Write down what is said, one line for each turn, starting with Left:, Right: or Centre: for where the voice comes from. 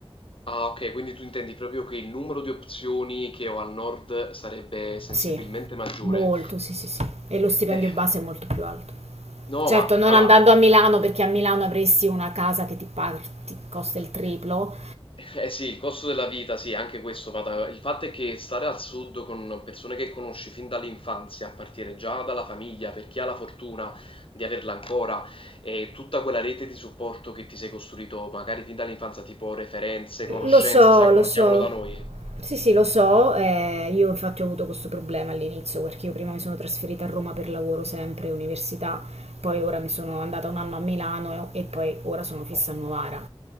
Left: Ah, ok, quindi tu intendi proprio che il numero di opzioni che ho al nord sarebbe sensibilmente
Right: Sì,
Left: maggiore.
Right: molto, sì, sì, sì. E lo stipendio
Left: Eh,
Right: base è molto più alto.
Left: no,
Right: Certo,
Left: ma
Right: non
Left: allora...
Right: andando a Milano, perché a Milano avresti una casa che ti, pa- ti costa
Left: <laughs>
Right: il triplo,
Left: Eh sì, il costo della vita, sì, anche questo va da... Il fatto è che stare al sud con persone che conosci fin dall'infanzia, a partire già dalla famiglia, per chi ha la fortuna di averla ancora, e tutta quella rete di supporto che ti sei costruito magari fin dall'infanzia, tipo referenze, conoscenze,
Right: Lo so,
Left: sai
Right: lo
Left: come la
Right: so.
Left: chiamano da noi.
Right: Sì, sì, lo so. eh, io infatti ho avuto questo problema all'inizio perché io prima mi sono trasferita a Roma per lavoro sempre, università, poi ora mi sono andata un anno a Milano e, e poi ora sono fissa a Novara.